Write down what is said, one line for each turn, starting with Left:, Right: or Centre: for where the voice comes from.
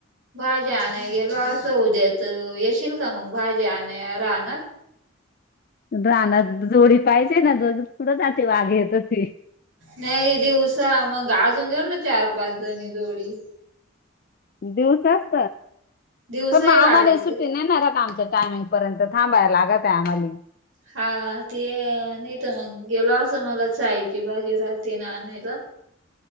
Right: भाज्या आणायला गेलो असं उद्या तर येशील का मग भाजी आणय राहणार
Left: रानात जोडी पाहिजे ना दोघेच कुठ वाघ येत ती
Right: नाही दिवसा मग अजून घेऊ ना चार पाच जणी जोडी
Left: दिवसचत
Right: दिवसाही
Left: पण मग आम्हाला
Right: वाघ येते
Left: सुट्टी
Right: का?
Left: नाही ना रात आमच्या टायमिंग पर्यंत थांबायला लागत आहे आम्हाला.
Right: हा ते नाही तर मग गेलो असं मला चायची बाजी राहते ना आणायला.